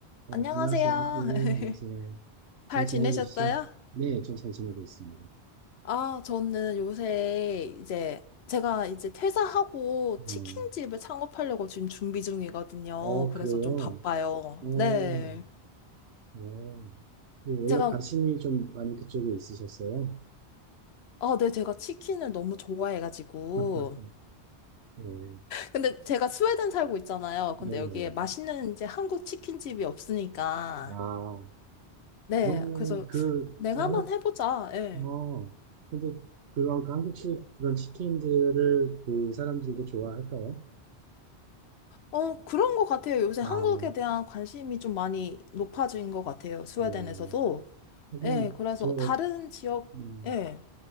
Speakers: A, on the right; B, on the left.
A: 어,
B: 안녕하세요.
A: 안녕하세요. 네,
B: <laughs>
A: 안녕하세요.
B: 잘
A: 잘 지내고
B: 지내셨어요?
A: 계시죠? 네, 전 잘 지내고 있습니다.
B: 아, 저는 요새 이제 제가 이제 퇴사하고
A: 음,
B: 치킨집을 창업하려고 지금 준비 중이거든요.
A: 어, 어,
B: 그래서
A: 그래요?
B: 좀 바빠요.
A: 어,
B: 네.
A: 어. 그 원래
B: 제가,
A: 관심이 좀 많이 그쪽에 있으셨어요?
B: 아, 네, 제가 치킨을 너무 좋아해가지고.
A: <laughs> 네,
B: 근데 제가 스웨덴 살고 있잖아요.
A: 네,
B: 근데
A: 네.
B: 여기에 맛있는 이제 한국 치킨집이 없으니까.
A: 아,
B: 네.
A: 그러면은
B: 그래서
A: 그,
B: 내가
A: 워낙,
B: 한번 해보자. 예.
A: 어, 근데 그런 그 한국식 그런 치킨들을 그 사람들도 좋아할까요?
B: 어, 그런 것 같아요. 요새 한국에
A: 아,
B: 대한 관심이 좀 많이 높아진 것 같아요. 스웨덴에서도.
A: 예. 하긴,
B: 예, 그래서
A: 저,
B: 다른 지역,
A: 음,
B: 예.